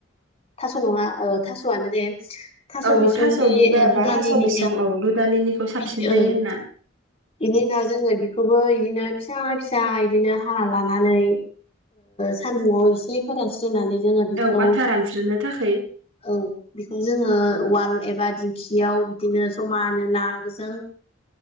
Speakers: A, on the left; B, on the right.
A: थास' नंङा थास'आनो दे थास'
B: औ
A: बिसरि
B: औ बुगा
A: दुदलिनि
B: बा थास' बिसं औ दुदालिनिखौ साबसिन
A: बि
B: जायो
A: औ
B: होनना
A: बेनि उनाव जोंङो बेखौबो बिदिनो फिसा फिसा इदिनो हाना लानानै सान्दुंङायाव एसे फोरानस्रिनानै बिखौ
B: औ आथा रानज्रिनो थाखाय
A: औ बिखौ जोंङो उवाल एबा दिंखियाव बिदिनो जमानो नाजों